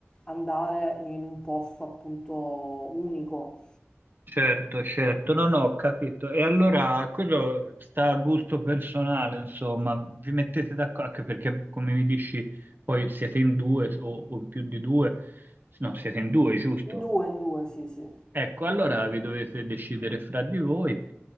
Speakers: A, on the left; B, on the right.
A: andare in un posto appunto unico.
B: certo, certo. No, no, ho capito. E allora quello sta a gusto personale, insomma, vi mettete d'accordo, anche perché come mi dici, poi siete in due o, o in più di due, no, siete in due, giusto?
A: In due, in due, sì, sì.
B: Ecco, allora vi dovete decidere fra di voi.